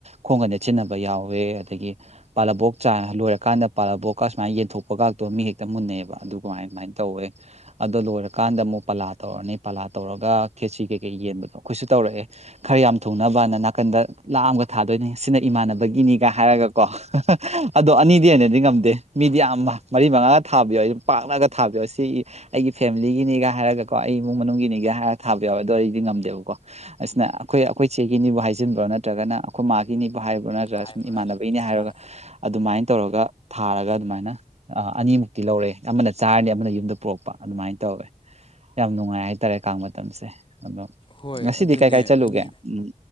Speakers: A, on the right; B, on the left.
A: ꯈꯣꯡꯒ ꯅꯦꯠꯁꯤꯟꯅꯕ ꯌꯥꯎꯋꯦ ꯑꯗꯒꯤ ꯄꯥꯜꯂꯥꯕꯣꯛ ꯆꯥ ꯂꯣꯏꯔꯀꯥꯟꯗ ꯄꯥꯜꯂꯕꯣꯛꯀ ꯁꯨꯃꯥꯏ ꯌꯦꯟꯊꯣꯛꯄꯒꯥꯇꯣ ꯃꯤ ꯍꯦꯛꯇ ꯃꯨꯟꯅꯩꯕ ꯑꯗꯨ ꯀꯃꯥꯏ ꯑꯗꯨꯃꯥꯏꯅ ꯇꯧꯋꯦ ꯑꯗꯣ ꯂꯣꯏꯔꯀꯥꯟꯗ ꯑꯃꯨꯛ ꯄꯥꯂꯥ ꯇꯧꯔꯅꯤ ꯄꯥꯂꯥ ꯇꯧꯔꯒ ꯈꯦꯠꯆꯤ ꯀꯩꯀꯩ ꯌꯦꯟꯕꯗꯣ ꯑꯩꯈꯣꯏꯁꯨ ꯇꯧꯔꯛꯑꯦ ꯈꯔ ꯌꯥꯝ ꯊꯨꯡꯅꯕꯅ ꯅꯥꯀꯟꯗ ꯂꯥ ꯑꯃꯒ ꯊꯥꯗꯣꯏꯅꯤ ꯁꯤꯅ ꯏꯃꯥꯟꯅꯕꯒꯤꯅꯤꯒ ꯍꯥꯏꯔꯒ ꯀꯣ ꯑꯗꯣ ꯑꯅꯤꯗꯤ ꯍꯦꯟꯅꯗꯤ ꯉꯝ ꯗꯦ ꯃꯤꯗꯤ ꯌꯥꯝ ꯃꯔꯤ ꯃꯉꯥꯒ ꯊꯥꯕ ꯌꯥꯎꯋꯦ ꯄꯥꯛꯅꯒ ꯊꯥꯕ ꯌꯥꯎꯋꯦ ꯁꯤꯒꯤ ꯑꯩꯒꯤ ꯐꯦꯃꯤꯂꯤꯒꯤꯅꯤꯒ ꯍꯥꯏꯔꯒꯀꯣ ꯑꯩ ꯏꯃꯨꯡ ꯃꯅꯨꯡꯒꯤꯅꯤꯒ ꯍꯥꯏꯔꯒ ꯊꯥꯕ ꯌꯥꯎꯋꯦ ꯑꯗꯣ ꯑꯩꯗꯤ ꯉꯝꯗꯦꯕꯀꯣ ꯑꯁꯤꯅ ꯑꯩꯈꯣꯏ ꯑꯩꯈꯣꯏ ꯆꯦꯒꯤꯅꯤꯕꯨ ꯍꯥꯏꯖꯤꯟꯕ꯭ꯔꯣ ꯅꯠꯇ꯭ꯔꯒꯅ ꯑꯩꯈꯣꯏ ꯃꯥꯒꯤꯅꯤꯕꯨ ꯍꯥꯏꯕ꯭ꯔꯥ ꯅꯠꯇ꯭ꯔꯒ
B: ꯍꯥꯏꯕ꯭ꯔꯥ
A: ꯁꯨꯝ ꯏꯃꯥꯟꯅꯕꯒꯤꯅꯤ ꯍꯥꯏꯔꯒ
B: ꯏꯃꯥꯟꯅꯕ
A: ꯑꯗꯨꯃꯥꯏꯅ ꯇꯧꯔꯒ ꯊꯥꯔꯒ ꯑꯗꯨꯃꯥꯏꯅ ꯑꯥ ꯑꯅꯤꯃꯨꯛꯇꯤ ꯂꯧꯔꯦ ꯑꯃꯅ ꯆꯥꯔꯅꯤ ꯑꯃꯅ ꯌꯨꯝꯗ ꯄꯨꯔꯛꯄ ꯑꯗꯨꯃꯥꯏꯅ ꯇꯧꯋꯦ ꯌꯥꯝ ꯅꯨꯡꯉꯥꯏ ꯍꯥꯏꯇꯥꯔꯦ ꯀꯥꯡ ꯃꯇꯝꯁꯦ ꯑꯗꯣ
B: ꯍꯣꯏ
A: ꯉꯁꯤꯗꯤ
B: ꯑꯗꯨꯅꯦ
A: ꯀꯥꯏ ꯀꯥꯏ ꯆꯠꯂꯨꯒꯦ
B: ꯑꯅꯤ
A: ꯎꯝ